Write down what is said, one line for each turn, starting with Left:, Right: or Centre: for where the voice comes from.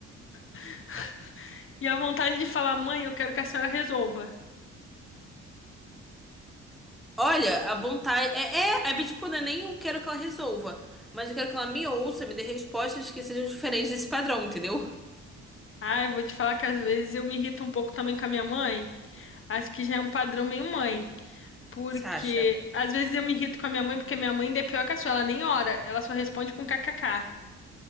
Left: <laughs> E a vontade de falar, mãe, eu quero que a senhora resolva.
Centre: Olha, a vontade. É, é, é tipo, não é nem eu quero que ela resolva, mas eu quero que ela me ouça, me dê respostas que sejam diferentes desse padrão, entendeu?
Left: Ai, vou te falar que às vezes eu me irrito um pouco também com a minha mãe. Acho que já é um padrão meio mãe. Porque
Centre: Você acha?
Left: às vezes eu me irrito com a minha mãe, porque minha mãe ainda é pior que a sua, ela nem ora, ela só responde com kkk.